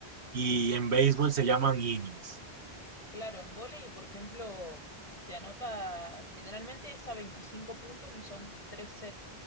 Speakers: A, on the right; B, on the left.
A: y en béisbol se llaman innings.
B: Claro, en vóley, por ejemplo, se anota generalmente es a 25 puntos y son tres sets